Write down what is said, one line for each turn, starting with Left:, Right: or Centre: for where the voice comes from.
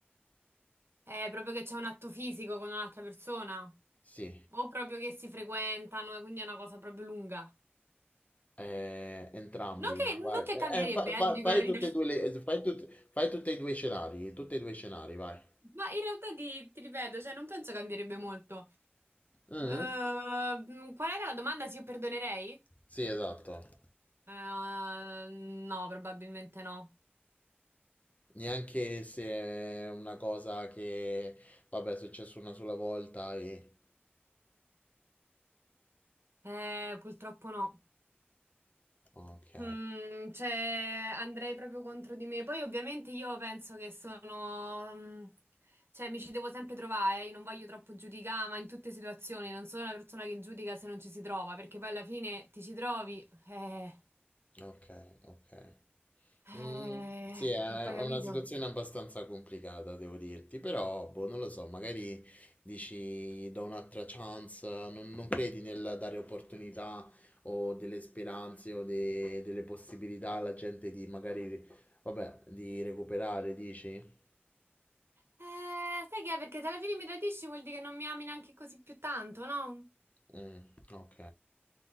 Right: È proprio che c'è un atto fisico con un'altra persona?
Left: Sì,
Right: O proprio che si frequentano e quindi è una cosa proprio lunga?
Left: eh, entrambi.
Right: Non che, non
Left: Vai.
Right: che
Left: Eh,
Right: cambierebbe,
Left: eh, fa- fa-
Right: eh, ti dico
Left: fai
Right: la verità.
Left: tutte e due le- fai tut- fai tutti e due i scenari, tutti e due i scenari, vai.
Right: <laughs> Ma in realtà ti, ti ripeto, cioè non penso cambierebbe molto.
Left: Mm?
Right: Ehm, qual era la domanda? Se io perdonerei?
Left: Sì, esatto.
Right: Ehm, no, probabilmente no.
Left: Neanche se è una cosa che, vabbè, è successo una sola volta e...
Right: Eh, purtroppo no.
Left: Ok,
Right: Mm, cioè, andrei proprio contro di me. Poi, ovviamente, io penso che sono. mm, Cioè, mi ci devo sempre trovare. eh. Io non voglio troppo giudicare, ma in tutte le situazioni non sono una persona che giudica se non ci si trova, perché poi alla fine ti ci trovi. Eh,
Left: ok, ok.
Right: eh,
Left: Mm, sì, è
Right: e poi
Left: una
Right: capito.
Left: situazione abbastanza complicata, devo dirti, però, boh, non lo so, magari dici, do un'altra chance, non, non credi nel dare opportunità o delle speranze o de- delle possibilità alla gente di magari, vabbè, di recuperare, dici?
Right: Eh, sai che è? Perché se alla fine mi tradisci vuol dire che non mi ami neanche così più tanto, no?
Left: Mm, ok.